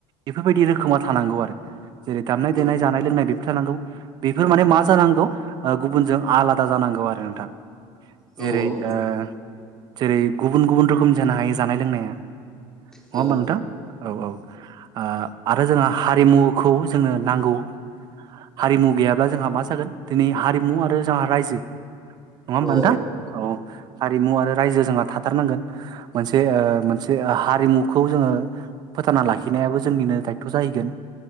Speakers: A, on the right; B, in the centre.
A: बेफोरबायदि रोखोमा थानांगौ आरो दामनाय
B: औ
A: -देनाय जानाय लोनाय बेफ थानांगौ बेफोर माने मा जानांगौ ओ गुबुनजों आलादा जानांगौ आरो नोंथां जेरै
B: औ औ नों
A: ओ जेरै गुबुन-गुबुन रोखोम जानो हायो जानाय लोंनाया नङा
B: औ
A: होमबा नोंथां औ-औ औ आरो जोंहा हारिमुखौ जोंनो नांगौ हारिमु गैयाब्ला जोंहा मा जागोन दिनै हारिमु आरो जोंहा रायजो नङा होमबा
B: औ
A: नोंथां औ हारिमु आरो रायजो जोंहा थाथारनांगोन मोनसे ओ मोनसे हारिमुखौ जोङो फोथांना लाखिनायाबो ज जोंनिनो दायथ' जाहैगोन